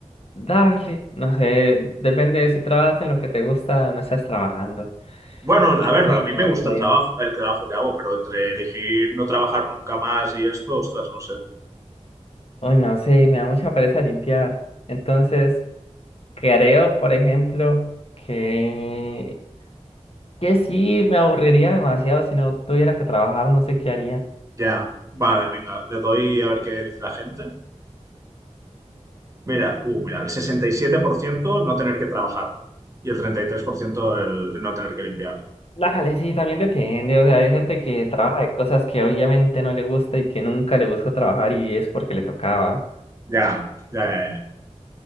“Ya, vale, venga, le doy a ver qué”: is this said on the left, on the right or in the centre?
Right